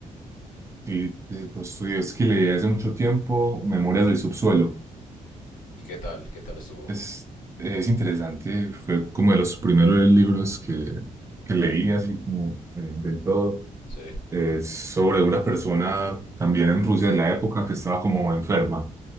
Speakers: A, on the right; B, on the left.
A: Sí, de Dostoyevsky leí hace mucho tiempo Memorias del subsuelo
B: y qué tal, qué tal estuvo.
A: Es, es interesante, fue como de los primeros libros que, que leí así como eh, del todo.
B: Sí,
A: Es sobre una persona también en Rusia en la época que estaba como
B: ujú,
A: enferma,